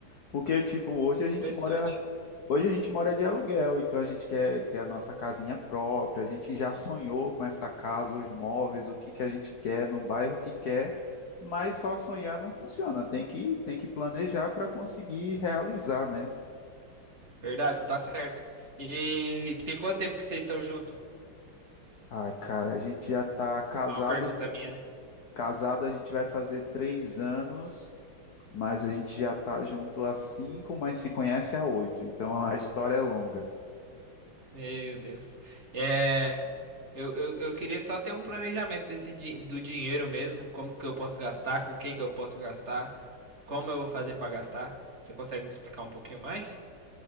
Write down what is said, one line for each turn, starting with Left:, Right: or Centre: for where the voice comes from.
Left: Porque, tipo, hoje a gente
Right: Interessante.
Left: mora Hoje a gente mora de aluguel, então a gente quer ter a nossa casinha própria, a gente já sonhou com essa casa, os móveis, o que que a gente quer, no bairro que quer, mas só sonhar não funciona, tem que, tem que planejar para conseguir realizar, né?
Right: Verdade, você tá certo. E tem quanto tempo que vocês estão juntos?
Left: Ai, cara, a gente já tá casado,
Right: Uma pergunta minha, né?
Left: casado a gente vai fazer três anos, mas a gente já tá junto há cinco, mas se conhece há oito, então a história é longa.
Right: Meu Deus. É, eu, eu, eu queria só ter um planejamento desse, di- do dinheiro mesmo. Como que eu posso gastar? Com o que que eu posso gastar? Como eu vou fazer pra gastar? Você consegue me explicar um pouquinho mais?